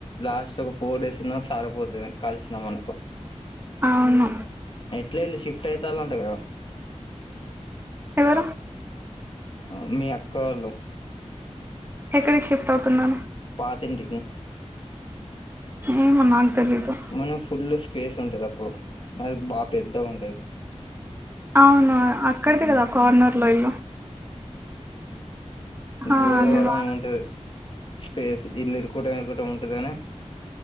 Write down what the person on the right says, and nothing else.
అవును
హ
ఎక్కడకి షిఫ్ట్ అవుతున్నాను
ఏమో నాకు తెలీదు
అవును అక్కడిది కదా కార్నర్ లో ఇల్లు ఆ
అది వా